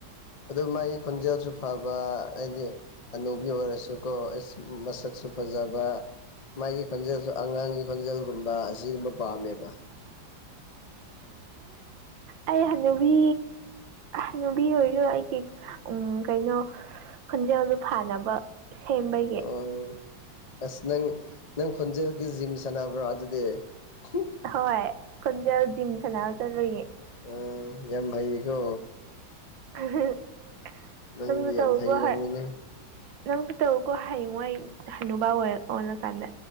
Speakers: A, on the left; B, on the right.
A: ꯑꯗꯨꯒ ꯃꯥꯢ ꯈꯣꯟꯖꯦꯜꯁꯨ ꯐꯕ ꯍꯥꯏꯗꯤ ꯍꯅꯨꯕꯤ ꯑꯣꯏꯔꯁꯨꯀꯣ ꯑꯦꯁ ꯃꯁꯛꯁꯨ ꯐꯖꯕ ꯃꯥꯒꯤ ꯈꯣꯟꯖꯦꯜꯁꯨ ꯑꯉꯥꯡꯒꯤ ꯈꯣꯟꯖꯦꯜꯒꯨꯝꯕ ꯑꯁꯤꯒꯨꯝꯕ ꯄꯥꯝꯃꯦꯕ
B: ꯑꯩ ꯍꯅꯨꯕꯤ ꯍꯅꯨꯕꯤ ꯑꯣꯏꯔꯁꯨ ꯑꯩꯒꯤ ꯎꯝ ꯀꯩꯅꯣ ꯈꯣꯟꯖꯦꯜꯗꯨ ꯐꯥꯅꯕ ꯁꯦꯝꯕꯒꯤ
A: ꯑꯪ ꯑꯁ ꯅꯪ ꯅꯪ ꯈꯣꯟꯖꯦꯜꯒꯤ ꯖꯤꯝ ꯁꯥꯟꯅꯕ꯭ꯔꯣ ꯑꯗꯨꯗꯤ <unintelligible>
B: ꯍꯣꯏ ꯈꯣꯟꯖꯦꯜ ꯖꯤꯝ ꯁꯥꯟꯅꯕ ꯆꯠꯂꯨꯏꯌꯦ
A: ꯑꯣ ꯌꯥꯝ ꯐꯩꯀꯣ
B: <unintelligible>
A: ꯅꯪꯗꯤ
B: ꯅꯪꯁꯨ ꯇꯧꯕꯣ
A: ꯌꯥꯝ ꯍꯩꯔꯝꯃꯤꯅꯦ
B: ꯍꯣꯏ ꯅꯪꯁꯨ ꯇꯧꯌꯣꯀꯣ ꯍꯌꯦꯡꯋꯥꯏ ꯍꯅꯨꯕꯥ ꯑꯣꯏ ꯑꯣꯏꯔ ꯀꯥꯟꯗ